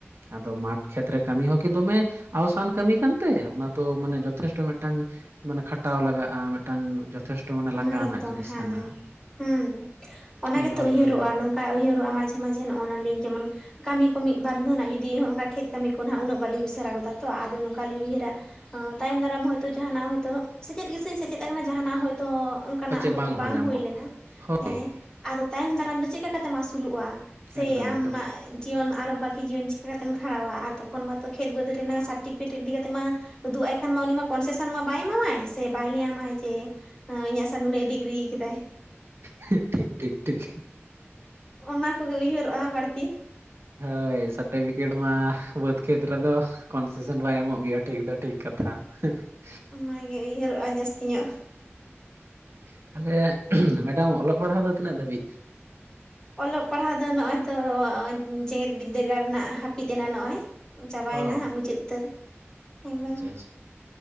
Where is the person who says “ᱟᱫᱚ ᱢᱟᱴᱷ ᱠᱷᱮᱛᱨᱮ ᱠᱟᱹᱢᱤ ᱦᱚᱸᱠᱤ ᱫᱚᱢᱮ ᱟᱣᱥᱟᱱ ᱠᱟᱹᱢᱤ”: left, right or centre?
Right